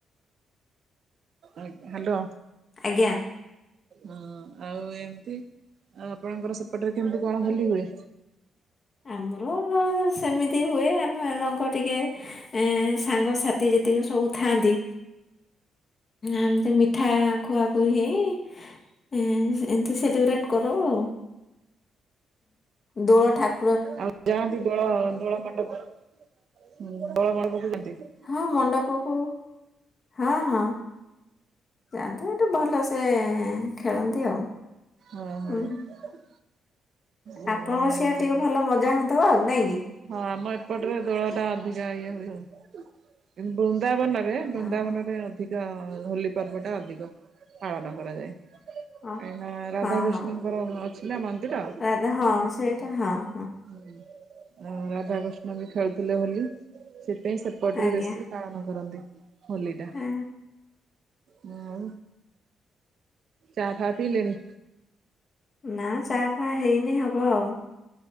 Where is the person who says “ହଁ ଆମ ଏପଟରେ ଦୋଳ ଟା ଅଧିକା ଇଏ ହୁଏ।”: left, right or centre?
Right